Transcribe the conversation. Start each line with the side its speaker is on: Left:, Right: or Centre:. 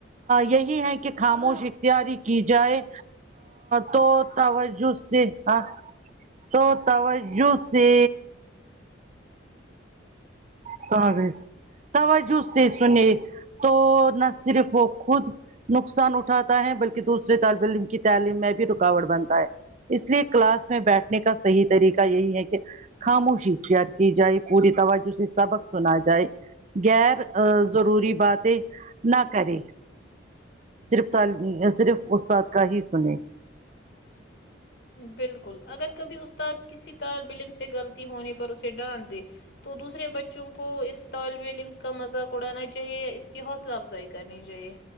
Right: یہی ہے کہ خاموشی اختیاری کی جائے تو توجہ سے ہاں تو توجہ سے <unintelligible> توجہ سے سنے تو نہ صرف وہ خود نقصان اٹھاتا ہے بلکہ دوسرے طالب علم کی تعلیم میں بھی رکاوٹ بنتا ہے اس لیے کلاس میں بیٹھ کا صحیح طریقہ یہی ہے کہ خاموشی اختیار کی جائے پوری توج سبق سنا جائے گیر ضروری باتیں نہ کرے صرف طالب صرف استاد کا ہی سنے
Left: بالکل اگر کبھی استاد کسی طالب علم سے غلطی ہونے پر اسے ڈانٹ دے تو دوسرے بچوں کو اس طالب علم کا مذاق اڑانا چاہیے اس کی حوصلہ افزائی کرنی چاہیے